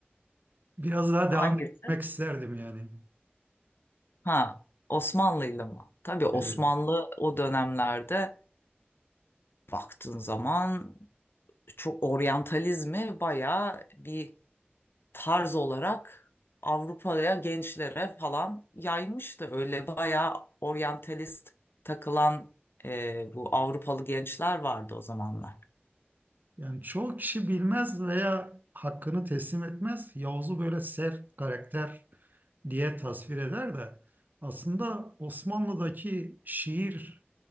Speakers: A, on the right; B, on the left.
A: Biraz daha
B: Hangisi?
A: devam etmek isterdim yani.
B: Ha Osmanlı'yla mı? Tabii Osmanlı
A: Evet.
B: o dönemlerde baktığın zaman çok oryantalizmi bayağı bir tarz olarak Avrupa'ya gençlere falan yaymıştı. Öyle bayağı oryantalist takılan e, bu Avrupalı gençler vardı o zamanlar.
A: Yani çoğu kişi bilmez veya hakkını teslim etmez. Yavuz'u böyle sert karakter diye tasvir eder de aslında Osmanlı'daki şiir